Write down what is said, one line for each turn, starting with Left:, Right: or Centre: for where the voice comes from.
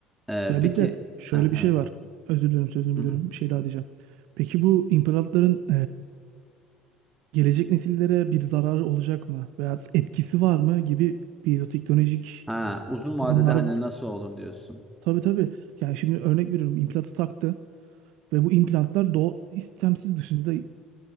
Centre: Ee,
Right: Ya
Centre: peki
Right: bir de şöyle
Centre: ha,
Right: bir
Centre: evet.
Right: şey var. Özür dilerim sözünü
Centre: Hı-hı.
Right: biliyorum. Bir şey daha diyeceğim. Peki bu imparatorların gelecek nesillere bir zararı olacak mı veya etkisi var mı gibi biyoteknolojik
Centre: Ha, uzun
Right: sorunları
Centre: vadede hani
Right: var.
Centre: nasıl olur diyorsun.
Right: Tabii tabii. Yani şimdi örnek veriyorum implantı taktı ve bu implantlar doğu istemsiz dışında